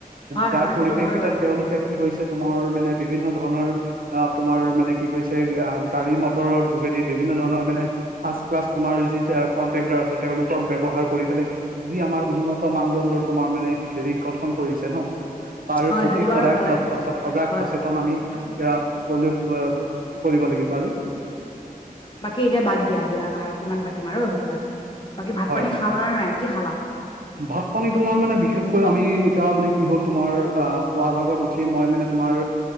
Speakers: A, on the left; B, on the right.
A: হয়
B: যাৰ
A: হয়
B: পৰিপ্ৰেক্ষিতত
A: সেইটো হয় বাৰু
B: তেওঁলোকে কি কৰিছে তোমাৰ মানে বিভিন্ন ধৰণৰ অ তোমাৰ মানে কি কৈছে আ গাড়ী মটৰৰ যোগেদি বিভিন্ন ধৰণৰ মানে সাজ তোমাৰ যি কণ্ট্ৰেক্টাৰ আছে তেওঁলোকক ব্যৱহাৰ কৰি পেলাই যি আমাৰ উন্নত মানদণ্ডৰ তোমাৰ মানে হেৰিক গঠন কৰিছে ন তাৰ
A: হয়
B: প্ৰতি
A: সেইটো
B: সদায়
A: বাৰু হয়
B: স সজাগ
A: হয়
B: সচেতন
A: হয়
B: আমি <unintelligible> কৰিব লাগিব আৰু।
A: বাকী এতিয়া বাদ দিয়া এইবিলাক আৰু কিমান পাতিম আৰু সেইবিলাক, বাকী ভাত
B: হয়
A: পানী খালা নে নাই? কি খালা?
B: ভাত পানী তোমাৰ মানে বিশেষকৈ আমি এতিয়া মানে কি হ'ল তোমাৰ অ পুৱা ভাগত উঠি মই মানে তোমাৰ